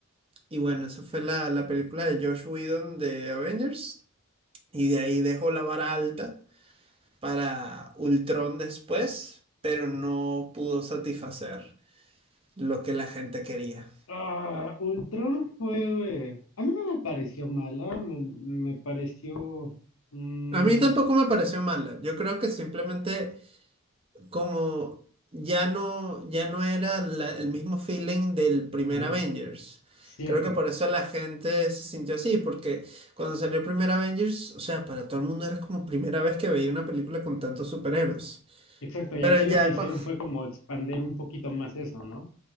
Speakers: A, on the right; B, on the left.
A: y bueno, esa fue la, la película de Josh Whedon de Avengers. Y de ahí dejó la vara alta para Ultron después, pero no pudo satisfacer lo que la gente quería.
B: Ah, Ultron fue. eh, a mí no me pareció mala, me, me pareció. mm,
A: A mí tampoco me pareció mala. Yo creo que simplemente como ya no, ya no era la- el mismo feeling del primer
B: ujú,
A: Avengers.
B: cierto,
A: Creo que por eso la gente se sintió así, porque cuando salió el primer Avengers, o sea, para todo el mundo era como primera vez que veía una película con tantos superhéroes.
B: exacto. Y
A: Pero
B: aquí
A: ya
B: lo que hicieron
A: cu-
B: fue como expander un poquito más eso, ¿no?